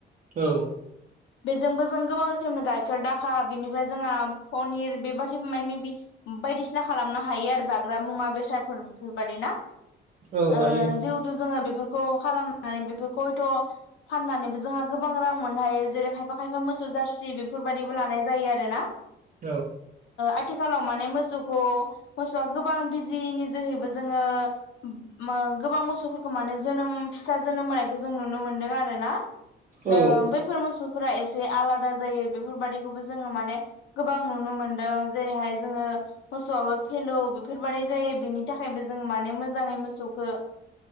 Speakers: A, on the right; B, on the left.
A: औ
B: बेजोंबो जों गोबां रोखोमनि गाइखेर दाखा बेनिफ्राय जोंहा पनिर बेबादि माय मिबि बायदिसिना खालामनो हायो आरो जाग्रा मुवा बेसादफोर बेफोरबायदि ना?
A: औ
B: ओ
A: हायो
B: जिहेथु जोङो बेफोर खौ खालामनानै बेफोरखौ हयथ' फाननानैबो जोंहा गोबां रां मोननो हायो जेरै खायफा खायफा मोसौ जारसि बेफोरबायाददिबो लानाय जायो आरोना
A: औ
B: आथिखालाव मा ने मोसौखौ मोसौआ गोबां बिजिनि जोहैबो जोङो ओ गोबां मोसौफोरखौ माने जोनोम फिसा जोनोम होनायखौ जों नुनो मोनदों आरो ना।
A: औ
B: ओ बैफोर मोसौफोरा एसे आलादा जायो बेफोरबादिखौबो जोङो माने गोबां नुनो मोनदों जेरैहाय जोङो मोसौआबो फेलौ बेफोरबायदि जायो। बेनि थाखायबो जोंङो माने मोजांङै मोसौखौ